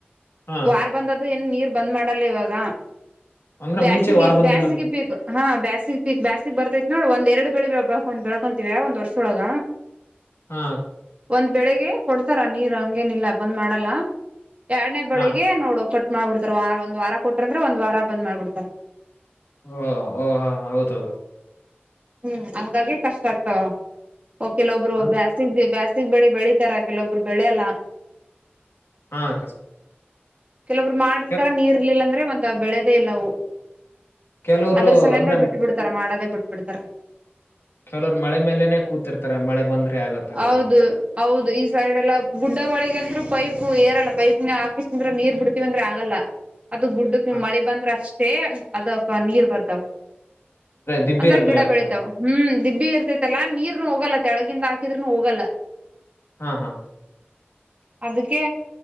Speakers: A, on the left; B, on the right.
A: ಹಾ ಅಕ್ಕ
B: ವಾರ ಬಂದದು ಏನ್ ನೀರ್ ಬಂದ್ ಮಾಡಲ್ಲ ಇವಾಗ
A: ಅಂದ್ರೆ
B: ಬೇಾಸಿಗೆ
A: ಮುಂಚೆ ವಾರ ಬಂದಲ್ಲ
B: ಬೇಾಸಿಗೆ ಪೀಕ್ ಹಾ ಬೇಾಸಿಗೆ ಪೀಕ್ ಬೇಾಸಿಗೆ ಬರ್ತೈತ್ ನೋಡ್ ಒಂದ ಎರಡು ಬೆಳಿ ಬೆಳ್ಕೊಂಡ್ ಬೆಳ್ಕೊಂತೀವ್ಯಾ ಒಂದ್ ವರ್ಷೊಳಗ
A: ಹಾ
B: ಒಂದ್ ಬೆಳಿಗ್ಗೆ ಕೊಡ್ತಾರ ನೀರು ಹಂಗೇನಿಲ್ಲ ಬಂದ್ ಮಾಡಲ್ಲ ಎರಡನೇ ಬೆಳಿಗ್ಗೆ
A: ಹಾ ಅಕ್ಕ
B: ನೋಡೋ ಕಟ್ಟ ಮಾಡ್ಬಿಡ್ತಾರ ವಾರ ಒಂದ್ ವಾರ ಕೊಟ್ರಂದ್ರೆ ಒಂದ್ ವಾರ ಬಂದ್ ಮಾಡ್ಬಿಡ್ತಾರ
A: ಓ ಓ ಹಾ ಹೌದ ಹೌದುೌದು
B: ಹ್ಮ್ ಹಂಗಾಗಿ ಕಷ್ಟ ಆಗ್ತ ಕೆಲ ಒಬ್ರು
A: ಅನ್-
B: ಬ್ಯಾಸ ಬ ಗ್ ಬೆಳಿ ಬೆಳಿತಾರ ಕೆಲವೊಬ್ರು ಬೆಳೆಯಲ್ಲ
A: ಹಾ ಅಕ್ಕ
B: ಕೆಲವರು ಮಾಡಿರ್ತಾರ
A: ಕೆ-
B: ನೀರ್ ಇರ್ಲಿಲ್ಲ ಅಂದ್ರೆ ಮತ್ ಬೆಳೆದೇ ಇಲ್ಲವು
A: ಕೆಲವ್ರು
B: ಅದ್ರ ಸಲ
A: ಅಂದ್ರೆ
B: ಅಂದ ಬಿಟ್ಟ ಬಿಡ್ತಾರ ಮಾಡೋದೇ ಬಿಡ್ತಾರಾ
A: ಕೆಲವ್ರು ಮಳೆ ಮೇಲೆೇನೆ ಕೂತಿರ್ತಾರ ಮಳೆ ಬಂದ್ರೆ ಆಗತ್ತಲ್ಲ
B: ಹೌದು
A: ಅಂತ
B: ಹೌದು ಈ ಸೈಡ್ಲ್ಲ ಗುಡ್ಡ ಒಳಿಗಂತ್ರು ಪೈಪ್ು ಏರೆಲ್ಲ ಪೈಪ್ ನ ಹಾಕಿಸ್ಂದ್ರೆ ನೀರ್ ಬಿಡ್ತಿವಿವಂದ್ರೆ ಆಗಲ್ಲ ಅದು ಗುಡ್ಡಕ್ ನಿಮ್
A: ಹಾ,
B: ಮಳ ಬಂದ್ರ ಅಷ್ಟೆ ಅಷ್ಟೇ ಅದಕ್ಕ ನೀರ್ ಬರ್ತಾವ
A: ದಿಬ್ಬಿ
B: ಅಂದ್ರೆ
A: ಇರತ್ತಲ್ಲ
B: ಗಿಡ
A: ಅದಕ್ಕಾಗಿ
B: ಬೆಳಿತಾವ ಹ್ಮ್ ದಿಬ್ಬಿ ಇರ್ತೈತಲ್ಲಾ ನೀರ್ನು ಹೋಗಲ್ಲ ಕೆಳಗಿಂದ ಿದ್ರನು ಹೋಗಲ್ಲ
A: ಹಾ ಹಾ
B: ಅದಕ್ಕೆ